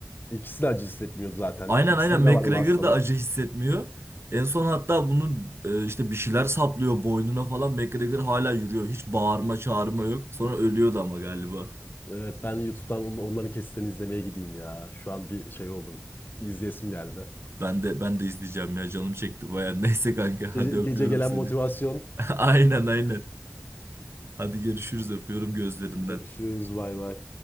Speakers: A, on the left; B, on the right.
A: İkisi de acı hissetmiyor zaten.
B: Aynen
A: İkisinde
B: aynen McGregor
A: de var o hastalık.
B: da acı hissetmiyor. En son hatta bunun e, işte bir şeyler saplıyor boynuna falan. McGregor hala yürüyor. Hiç bağırma çağırma yok. Sonra ölüyordu ama galiba.
A: Evet ben YouTube'dan on- onların kesitlerini izlemeye gideyim ya. Şu an bir şey oldum. İzleyesim geldi.
B: Ben de ben de izleyeceğim ya canım çekti baya. <laughs> Neyse kanka
A: Gece,
B: hadi öpüyorum
A: gece gelen
B: seni.
A: motivasyon.
B: <laughs> Aynen aynen. Hadi görüşürüz öpüyorum gözlerinden.
A: Görüşürüz bay bay.